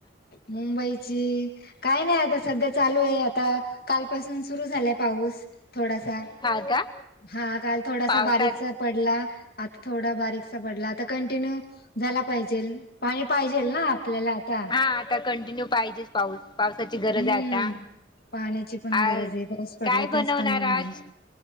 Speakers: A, on the left; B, on the left.
A: मुंबईची काय नही आता सध्या चालू ये, आता कालपासून सुरू झालाय पाऊस. थोडासा,
B: हा का
A: हा काल थोडासा
B: पावसात
A: बारीकचा पडला, आता थोडा बारीकसा पडला, आता कंटिन्यू झाला पाहिजेल. पाणी पाहिजेल ना, आपल्याला आता?
B: ह आता कंटिन्यू पाहिजे पाऊस पावसाची गरज
A: हम्म
B: ये आता.
A: पाण्याची पण
B: आज
A: गरज ये, पाऊस पडला
B: काय बनवणार
A: तरच पाणी मिळल.
B: आज